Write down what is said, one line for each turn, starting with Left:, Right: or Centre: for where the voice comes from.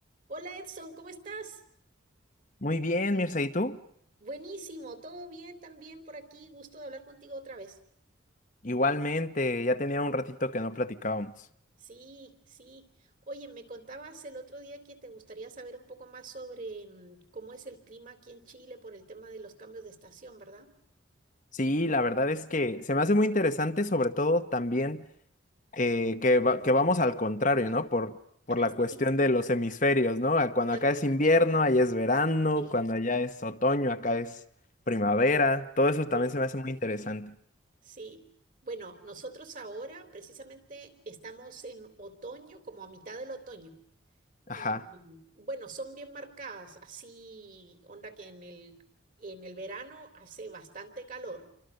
Right: Hola Edson, ¿cómo estás?
Left: Muy bien, Mirza, ¿y tú?
Right: Buenísimo, todo bien también por aquí, gusto de hablar contigo otra vez.
Left: Igualmente, ya tenía un ratito que no platicábamos.
Right: Sí, sí. Oye, me contabas el otro día que te gustaría saber un poco más sobre mm, cómo es el clima aquí en Chile por el tema de los cambios de estación, ¿verdad?
Left: Sí, la verdad es que se me hace muy interesante, sobre todo también eh, que, va- que vamos al contrario, ¿no? Por, por
Right: <laughs>
Left: la cuestión
Right: Sí,
Left: de los hemisferios, ¿no? A- Cuando
Right: ¿verdad?
Left: acá es invierno, allá es verano,
Right: Sí,
Left: cuando allá es otoño, acá es primavera. Todo eso también
Right: sí.
Left: se me hace muy interesante.
Right: Sí. Bueno, nosotros ahora precisamente estamos en otoño, como a mitad del otoño.
Left: Ajá,
Right: Y bueno, son bien marcadas, así onda que en el, en el verano hace bastante calor,